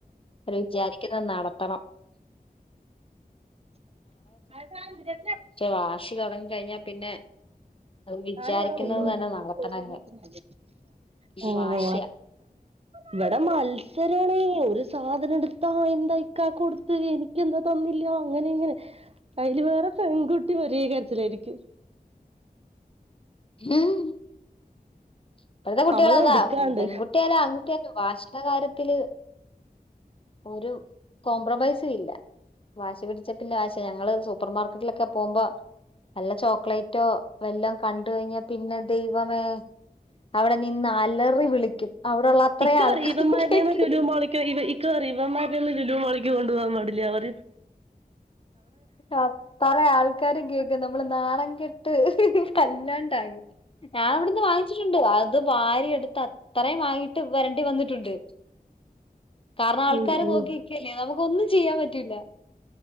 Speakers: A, on the left (about 35°); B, on the right (about 40°).
A: അവ വിചാരിക്കുന്ന നട ത്തണം
B: <unintelligible> ഞാന ഇവിടെ
A: വാശി തുടങ്ങി കഴിഞ്ഞാ പിന്നെ വിചാരിക്കുന്നത്
B: <unintelligible>
A: തന്നെ നടത്തണംന്ന് ഒരു
B: ഓ
A: വാശിയാ
B: ഓ ഇവിടെ മത്സരാണ് സാധനം എടുത്താ അയന്തയ്ക്കാ കൊടുത്ത് എനിക്ക എന്താ തന്നില്ല അങ്ങനെ ഇങ്ങനെ അതിൽ വേറെ പെൺകുട്ടി പീകരിച്ചിലായിരിക്കും
A: ഹം ഇപ്പോഴത്തെ കുട്ടികൾ
B: അവളെ
A: അതാ
B: എടുക്കാണ്ട്
A: പെൺകുട്ട്യാ യാ ആൺകുട്ടിയാലോ വാഷ്ട കാര്യത്തില് ഒരു കോംപ്രമൈസ ഇല്ല വാശി പിടി ചറ്റിൻ്റെ ആശ ഞങ്ങള് സൂപ്പർ മാർക്കറ്റിലൊക്കെ പോകുമ്പോ നല്ല ചോക്ലേറ്റ് റ്റോ വല്ലം കണ്ട കഴിഞ്ഞാ പിന്നെ ദൈവമേ അവിടെ നിന്ന് അലറി വിളിക്കും അവിടെള്ള അത്രയും
B: ഇക്ക
A: ആൾക്കാരും
B: പറ ഇവന്മാര്നെ
A: കേക്കും
B: ന്നു ലുലുമാളിൽക് ഒയ്‌വ് ഇക്ക പറയു ഇവന്മാരെന്നും ലുലുമാളിക് കൊണ്ടോവാൻ പാടില്ല പറിം
A: ആ പറേ ആൾക്കാരും കേക്ക നമ്മള് നാണംകെട്ട് അല്ലാണ്ടാകും ഞാൻ അവിടുന്ന് വാങ്ങിച്ചിട്ടുണ്ട് അത് വാരി എടുത്ത അ ഇത്ര യും വാങ്ങിട്ട് വരണ്ടി വന്നിട്ടുണ്ട് കാരണം ആൾക്കാര്
B: ഉം ഉം
A: നോക്കിനിക്കല്ലേ നമുക്ക് ഒന്നും ചെയ്യാൻ പറ്റൂല്ല